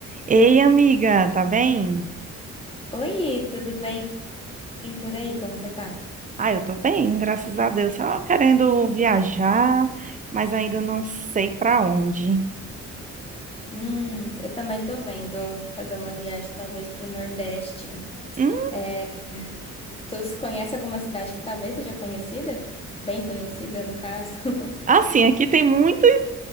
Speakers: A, on the right; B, on the left.
A: Ei, amiga, tá bem?
B: Oi, tudo bem por aí? Como você tá?
A: Ah, eu tô bem, graças a Deus. Só querendo viajar, mas ainda não sei pra onde.
B: Hum, eu também tô vendo fazer uma viagem talvez pro Nordeste.
A: Hum,
B: É, tu se conhece alguma cidade que talvez seja conhecida? Bem conhecida, no caso. <laughs>
A: assim, aqui tem muitas,